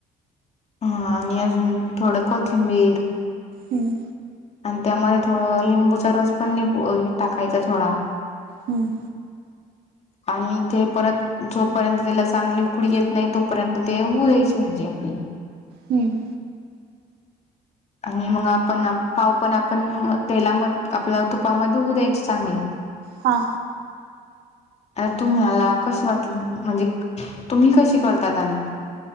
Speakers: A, on the left; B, on the right.
A: हा आणि अजून थोडं कोथिंबीर.
B: हम्म.
A: आणि त्यामध्ये थोडं लिंबूचा रस पण नि टाकायचा थोडा.
B: हम्म.
A: आणि ते परत जोपर्यंत त्याला चांगली उकडी येत नाही तोपर्यंत तेवऊ द्यायची भाजी आपली.
B: हम्म.
A: आणि मग आपण पाव पण आपण तेलामध्ये आपल्या तुपामध्ये होऊ द्यायचे चांगले.
B: हा.
A: आता तुम्हाला कशी वाटली म्हणजे तुम्ही कशी कर ता आणि